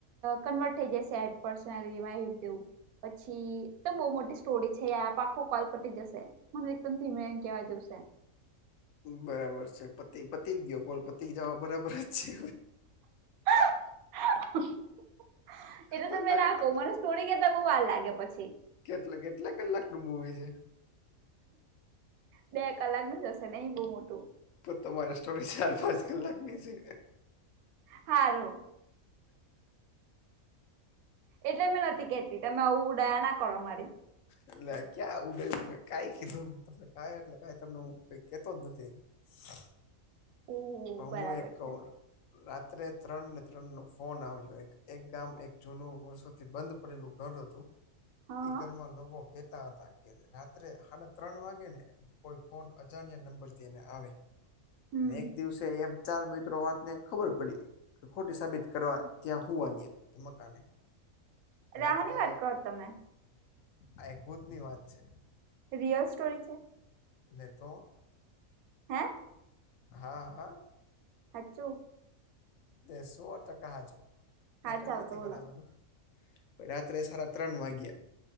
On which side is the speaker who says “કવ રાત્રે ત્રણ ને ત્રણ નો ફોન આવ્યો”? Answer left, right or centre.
Left